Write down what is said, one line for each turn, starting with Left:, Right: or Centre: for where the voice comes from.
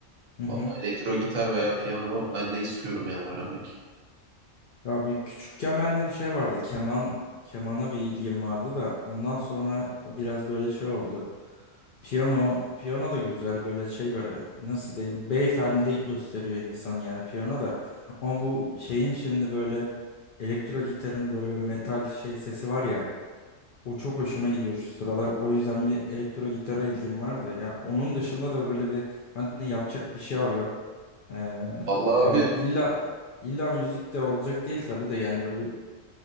Left: Hı hı.
Right: Valla elektro gitar veya piyano ben de istiyorum yani öğrenmek.
Left: Ya bir küçükken bende bir şey vardı. Keman kemana bir ilgim vardı da ondan sonra o biraz böyle şey oldu. Piyano piyano da güzel böyle şey böyle nasıl diyeyim beyefendi gösteriyor insanı yani piyano da. Ama bu şeyin şimdi böyle elektro gitarın böyle bir metal şey sesi var ya. O çok hoşuma gidiyor şu sıralar. O yüzden bir elektro gitara ilgim var da. Ya onun dışında da böyle bir hani yapacak bir şey arıyorum. Ee,
Right: Vallahi
Left: yani
Right: abi,
Left: illa illa müzik de olacak değil tabii de yani böyle bir